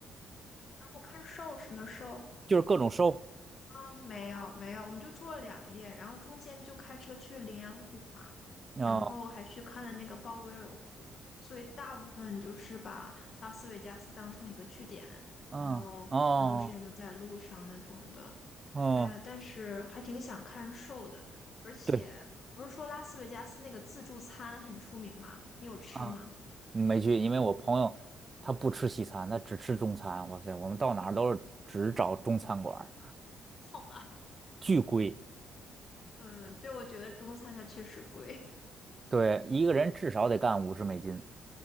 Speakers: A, on the left (about 50°); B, on the right (about 30°).
A: 啊，我看瘦什么瘦？
B: 就是各种收。
A: 啊，没有没有，我们就住了两夜，然后中间就开车去羚羊谷嘛，
B: 哦，
A: 然后还去看了那个鲍威尔湖，所以大部分就是把拉斯维加斯当成一个据点，
B: 嗯，
A: 然后很多时间都在路上那种的。
B: 哦，哦，
A: 哎呀，但是还挺想看 s h 的，而且不是说拉斯维加斯那个自助餐很出名吗？
B: 对
A: 你有吃吗？
B: 啊，没去，因为我朋友他不吃西餐，他只吃中餐。哇塞，我们到哪儿都是只找中餐馆儿，
A: <laughs> 好吧，
B: 巨贵。
A: 嗯，对，我觉得中餐它确实贵，
B: 对，一个人至少得干五十美金。